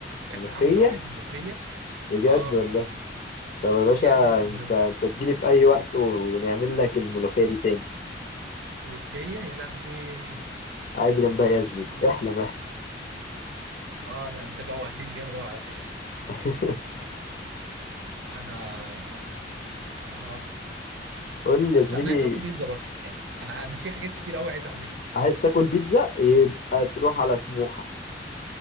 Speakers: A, on the right; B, on the left.
A: كانت
B: ملوخية
A: عاملة واحد ملوخية
B: بجد
A: اه
B: والله طب يا باشا
A: يا ابني ملوخ...
B: انت انت تجيلي في اي وقت ونعمل لك الملوخية دي تاني
A: ملوخية يا لهوي
B: عايز جنبها ايه يا زميلي
A: اه
B: احلم احلم
A: اه انا انت جوعتني جامد اوي على فكرة
B: <laughs>
A: انا اه
B: قول لي
A: بس
B: يا زميلي
A: انا عايز اكل بيتزا برضه يعني انا انا في حاجات كتير اوي عايز اعملها
B: عايز تاكل بيتزا يبقى تروح على سموحة